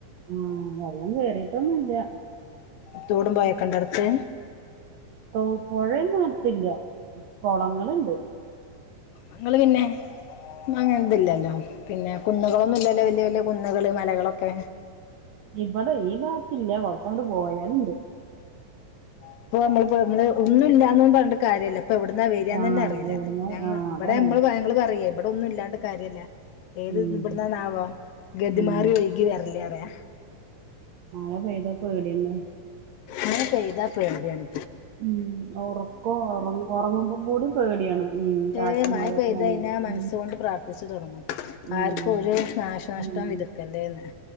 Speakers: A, on the right; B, on the left.
A: ആഹ് വെള്ളം കേറിയിട്ടൊന്നുല്ല
B: തോടും പുഴയും ഒക്കെണ്ടോ അടുത്ത്
A: തോ പുഴന്നും അടുത്തില്ല കുളങ്ങള്ണ്ട്
B: ങ്ങള് പിന്നെ മഴ എന്ത്‌ല്ലല്ലോ പിന്നെ കുന്നുകളൊന്നുല്ലല്ലോ വല്യ വല്യ കുന്നുകള് മലകളൊക്കെ
A: ഇവിടെ ഈ ബാത്തില്ല കുറച്ചങ്ങട്ട് പോയാലുണ്ട്
B: ഇപ്പൊ അമ്മള് പ്പൊ ഒന്ന് ഒന്നും ഇല്ലാന്നും പറഞ്ഞിട്ട് കാര്യല്ല പ്പൊ എവിട്ന്നാ വെരാന്നന്നെ
A: ആഹ്
B: അറിയില്ല
A: എവിടുന്നോ
B: ഞങ്ങ
A: ആഹ്
B: ഇവിടെ
A: അതാണ്
B: മ്മള് ങ്ങള് പറയേ ഇവിടൊന്നും ഇല്ലാണ്ട് കാര്യല്ല ഏത്
A: ഉം
B: ഇവിടുന്നണാവൊ ഗതിമാറി
A: ഉം
B: ഒഴുകി വരല്ലേറിയ
A: മഴ പെയ്താ പേടിന്നെ
B: മഴ പെയ്ത പേടിയാണ്
A: ഉം ഒറക്കോ ഒറ ഒറങ്ങുമ്പം കൂടി പേടിയാണ്. ഉം കാറ്റും
B: ഏഹ് മഴ
A: മഴയൊക്കെ
B: പെയ്തു
A: വന്നാ.
B: കഴിഞ്ഞാ മനസ്സുകൊണ്ട്
A: ഉം
B: പ്രാർത്ഥിച്ച് തൊടങ്ങും.
A: ഉം
B: ആർക്കും ഒരു നാശനഷ്ടം
A: ഉം
B: വിതക്കല്ലേന്ന്